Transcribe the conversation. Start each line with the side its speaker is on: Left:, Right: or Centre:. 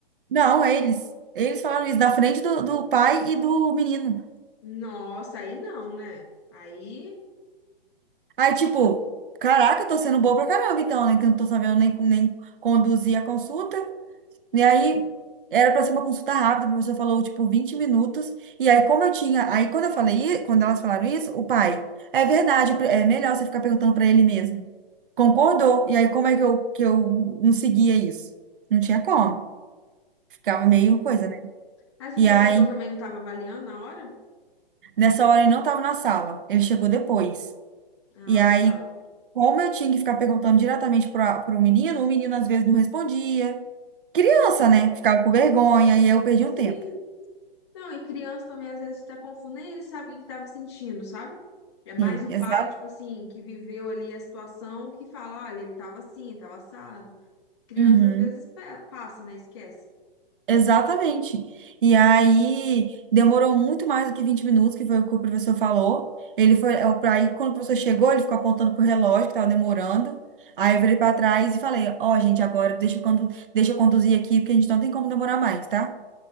Right: Não, eles. Eles falaram isso da frente do, do pai e do menino.
Left: Nossa, aí não, né? Aí,
Right: Aí, tipo, caraca, eu tô sendo boa pra caramba, então, né? Que eu não tô sabendo nem, nem conduzir a consulta. E aí, era pra ser uma consulta rápida, o professor falou, tipo, 20 minutos. E aí, como eu tinha. Aí, quando eu falei, i- quando elas falaram isso, o pai, é verdade, é melhor você ficar perguntando pra ele mesmo. Concordou. E aí, como é que eu, que eu não seguia isso? Não tinha como. Ficava
Left: sim.
Right: meio coisa, né?
Left: Mas o
Right: E
Left: professor
Right: aí,
Left: também não estava avaliando na hora?
Right: nessa hora, ele não estava na sala, ele chegou depois.
Left: Ah,
Right: E aí,
Left: tá.
Right: Como eu tinha que ficar perguntando diretamente para o menino, o menino às vezes não respondia. Criança, né? Ficava com vergonha e aí eu perdi
Left: Sim.
Right: um tempo.
Left: Não, e criança também às vezes está confuso, nem ele sabe o que ele estava sentindo, sabe? É mais
Right: Sim,
Left: o
Right: exa
Left: pai, tipo assim, que viveu ali a situação, que fala, olha, ele estava assim, estava assado. Criança
Right: Uhum,
Left: às vezes pe- passa, né? Esquece.
Right: exatamente. E aí demorou muito mais do que 20 minutos, que foi o que o professor falou. Ele foi, é, o- aí quando o professor chegou, ele ficou apontando pro relógio que estava demorando. Aí eu virei para trás e falei: Ó, gente, agora deixa eu, condu- deixa eu conduzir aqui, porque a gente não tem como demorar mais, tá?